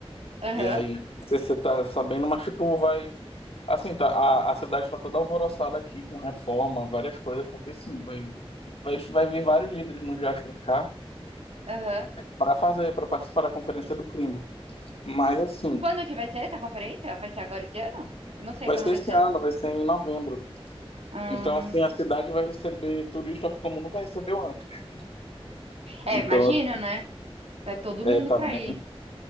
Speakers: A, on the right; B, on the left.
A: Aham.
B: E aí, não sei se você tá sabendo, mas tipo, vai. Assim, tá, a, a cidade tá toda alvoroçada aqui, com reforma, várias coisas, porque sim, vai, vai, vai vir vários líderes mundiais para cá
A: Aham.
B: para fazer, para participar da Conferência do Clima. Mas assim,
A: Quando que vai ser essa conferência? Vai ser agora esse ano? Eu não sei
B: vai
A: quando
B: ser
A: vai
B: esse
A: ser.
B: ano, vai ser em novembro.
A: Hum,
B: Então, assim, a cidade vai receber turista como nunca recebeu antes.
A: É,
B: Então,
A: imagino, né? Vai todo
B: é,
A: mundo
B: tá
A: pra
B: bem.
A: ir.